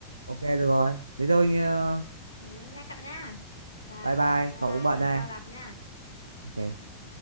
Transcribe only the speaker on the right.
Ok được rồi. Thế thôi ờ,
bye bye,
cậu
cũng bận
đây.
Ok.